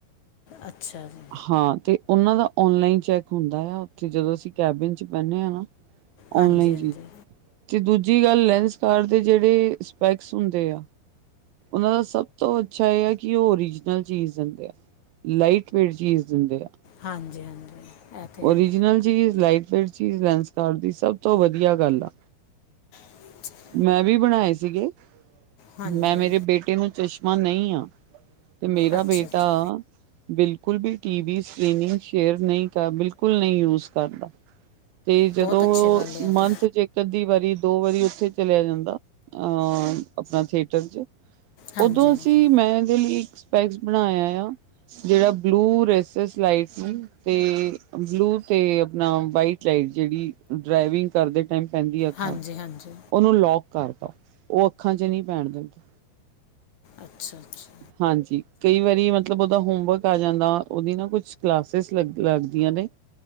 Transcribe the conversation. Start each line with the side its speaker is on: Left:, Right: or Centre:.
Left: ਅੱਛਾ ਜੀ।
Right: ਹਾਂ, ਤੇ ਉਹਨਾਂ ਦਾ ਔਨਲਾਈਨ ਚੈਕ ਹੁੰਦਾ ਆ ਉਥੇ ਜਦੋਂ ਅਸੀ ਕੈਬਿਨ ਚ ਬਹਿਨੇ ਆ ਨਾ। ਔਨਲਾਈਨ
Left: ਹਾਂਜੀ ਹਾਂਜੀ
Right: ਚੀਜ਼ ਤੇ ਦੂਜੀ ਗੱਲ ਲੈਂਸ ਕਾਰਟ ਤੇ ਜਿਹੜੇ ਸਪੈਕਸ ਹੁੰਦੇ ਆ, ਉਹਨਾਂ ਦਾ ਸਭ ਤੋਂ ਅੱਛਾ ਆ ਕਿ ਉਹ ਓਰੀਜਨਲ ਚੀਜ਼ ਦਿੰਦੇ ਐ, ਲਾਈਟ ਵੇਟ ਚੀਜ਼ ਦਿੰਦੇ ਐ।
Left: ਹਾਂਜੀ, ਹਾਂਜੀ। ਇਹ ਤਾਂ ਹੈ
Right: ਓਰੀਜਨਲ ਚੀਜ਼, ਲਾਈਟ ਵੇਟ ਚੀਜ਼ ਲੈਂਸ ਕਾਰਟ ਦੀ ਸਭ ਤੋ ਵਧੀਆ ਗੱਲ ਆ।
Left: <inaudible>
Right: ਮੈਂ ਵੀ ਬਣਾਏ ਸੀਗੇ,
Left: ਹਾਂਜੀ
Right: ਮੈਂ ਮੇਰੇ ਬੇਟੇ ਨੂੰ ਚਸ਼ਮਾ ਨਈ ਆ। ਤੇ ਮੇਰਾ
Left: ਅੱਛਾ
Right: ਬੇਟਾ
Left: ਅੱਛਾ
Right: ਬਿਲਕੁਲ ਵੀ ਟੀਵੀ ਸਕ੍ਰਿਨੀਂਗ ਸ਼ੇਅਰ ਨਈ, ਬਿਲਕੁਲ ਨਈ ਯੂਜ ਕਰਦਾ। ਤੇ ਜਦੋ
Left: ਬਹੁਤ ਅੱਛੀ
Right: ਓ
Left: ਗੱਲ ਹੈ ਇਹ
Right: ਮੰਥ
Left: ਤਾਂ
Right: ਚ ਇ ਇੱਕ ਅੱਧੀ ਵਾਰੀ, ਦੋ ਵਾਰੀ ਉਥੇ ਚਲਿਆ ਜਾਂਦਾ ਅ ਅਪਨਾ ਥੀਏਟਰ ਚ।
Left: ਹਾਂਜੀ
Right: ਓਦੋ
Left: ਹਾਂਜੀ
Right: ਅਸੀ ਮੈਂ ਇਹਦੇ ਲਈ ਇੱਕ ਸਪੈਕਸ ਬਨਾਇਆ ਆ। ਜਿਹੜਾ ਬਲੂ ਰੇਸਸ ਲਾਈਟ ਨੇ ਤੇ ਬਲੂ ਤੇ ਅਪਨਾ ਵਾਈਟ ਚਾਹੇ ਜਿਹੜੀ, ਡਰਾਵਿੰਗ ਕਰਦੇ ਟਾਈਮ ਪੈਂਦੀ ਅੱਖਾ
Left: ਹਾਂਜੀ ਹਾਂਜੀ
Right: ਉਹਨੂੰ ਲੌਕ ਕਰ ਦੋ, ਉਹ ਅੱਖਾਂ ਚ ਨੀ ਪੈਣ ਦਿੰਦੀ।
Left: ਅੱਛਾ-ਅੱਛਾ।
Right: ਹਾਂਜੀ, ਕਈ ਵਾਰੀ ਮਤਲਬ ਉਹਦਾ ਹੋਮਵਰਕ ਆ ਜਾਂਦਾ, ਉਹਦੀ ਨਾ ਕੁੱਛ ਕਲਾਸਿਸ ਲੱਗ ਲੱਗਦੀਆ ਨੇ।